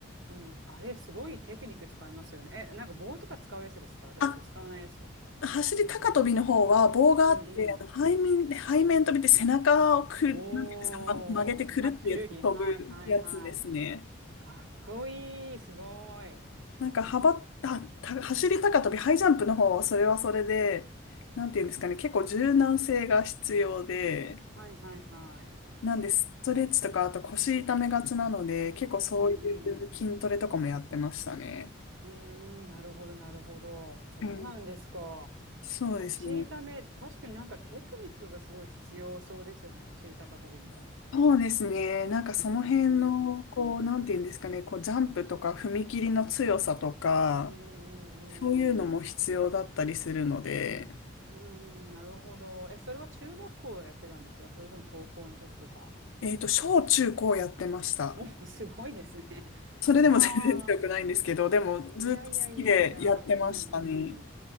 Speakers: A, on the right; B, on the left.
A: うんうん。あれ、すごいテクニック使いますよね。え、なんか棒とか使うやつですかじゃなくて使わないやつ。
B: あ、走り高跳びの方は棒があって、
A: うんうん。
B: あの背面、背面跳びって背中をく、
A: おー。
B: なんていうんですか、ま、曲げてくるってやって飛ぶやつですね。
A: はい、くるり。はいはいはい。かっこいい。すごい。
B: なんか幅、あ、た、走り高跳び、ハイジャンプの方はそれはそれで、なんていうんですかね、結構柔軟性が必要で、
A: はいはいはい。
B: なんで、ストレッチとか、あと腰痛めがちなので、結構そういう筋トレとかもやってましたね。
A: うんうん。うーん、なるほど、なるほど。そうなんですか。
B: うん。そうですね。
A: 腰痛め、確かになんかテクニックがすごい必要そうですよね、走り高跳びも。
B: そうですね。なんかその辺の、
A: うーん、
B: こう、なんていうんですかね、
A: うん
B: こう、ジャンプとか踏み切りの強さとか、
A: うん
B: そういうのも必要だったりするので、
A: うん。うーん、なるほど。え、それは中学校やってたんですかそれとも高校の時とか。
B: えっと、小中高やってました。
A: お、すごいですね。<laughs>
B: それでも全然強くないんですけど、
A: は
B: でもずっと好きでやってましたね。
A: あ、いやいやいやいや、うんうん。好